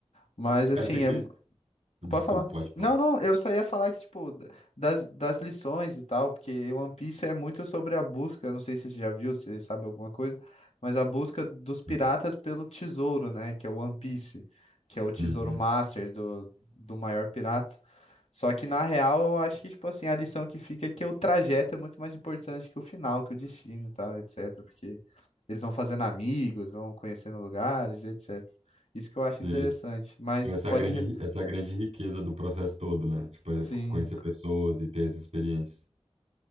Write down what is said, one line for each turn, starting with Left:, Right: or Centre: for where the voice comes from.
Left: Mas assim,
Right: Cara, você acredita?
Left: é,
Right: Desculpa,
Left: Pode falar.
Right: pode falar.
Left: Não, não, eu só ia falar que, tipo, da- das, das lições e tal, porque One Piece é muito sobre a busca, não sei se você já viu, se sabe alguma coisa, mas a busca dos piratas
Right: Uhum.
Left: pelo tesouro, né, que é o One Piece, que é o tesouro
Right: Uhum.
Left: master do, do maior pirata. Só que, na real, eu acho que, tipo assim, a lição que fica é que o trajeto é muito mais importante que o final, que o destino e tal, etc, porque eles vão fazendo amigos, vão conhecendo lugares, etc. Isso que eu acho
Right: Sei.
Left: interessante, mas
Right: Tipo, Essa
Left: pode...
Right: é a grande,
Left: re-
Right: essa é a grande riqueza do processo todo, né? Tipo, é
Left: Sim.
Right: conhecer pessoas e ter as experiências.